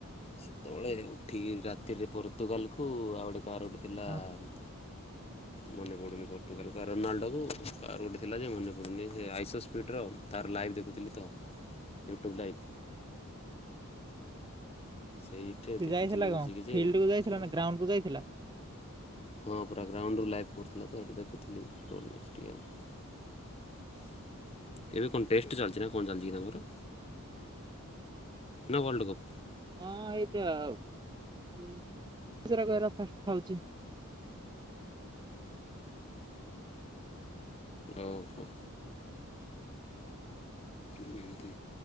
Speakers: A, on the left; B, on the right.
A: ସେ ତଳେ ଉଠିକି ରାତିରେ ପର୍ତୁଗାଲକୁ ଆଉ ଗୋଟେ କାର ଗୋଟେ ଥିଲାମ୍।
B: ହଁ
A: ମନେ ପଡ଼ୁନି ପର୍ତ୍ତୁଗାଲ କାର ରୋନାଲଡୋକୁ କାଆର ଗୋଟେ ଥିଲା ଯେ ମନେ ପଡ଼ୁନି ସେ ଆଇଶ ସ୍ପିଡ଼ର ତାର ଲାଇଭ୍ ଦେଖୁଥିଲି ତ ୟୁଟ୍ୟୁବ୍ ଲାଇଭ୍। ସେଇଠେ
B: ସେ
A: ଦେଖୁଥିଲି
B: ଯାଇଥିଲା
A: ବସିକି
B: କଣ
A: ଯେ,
B: ଫିଲ୍ଡ କୁ ଯାଇଥିଲା
A: ସେ
B: ନା ଗ୍ରାଉଣ୍ଡ କୁ ଯାଇଥିଲା
A: ହଁ ପୁରା ଗ୍ରାଉଣ୍ଡରୁୁ ଲାଇଭ୍ କରୁଥିଲା ତ ସେଇଠି ଦେଖୁଥିଲି, ଟୋଲ୍ ମ୍ୟାଚ୍ ଟିକେ ଆଉ। ଏବେ କଁ ଟେଷ୍ଟ ଚାଲଚି ନା କଁ ଚାଲଚି କି ତାଙ୍କର? ନା ୱାଲଡ଼ କପ୍।
B: ହଁ ଏଇଟା ଆଉ ମୁଁ ସେରାକୁ ଏରା ଫଷ୍ଟ୍ ଖାଉଚି।
A: ଅଉ ହୋ। ଉଁ ହୁଁ,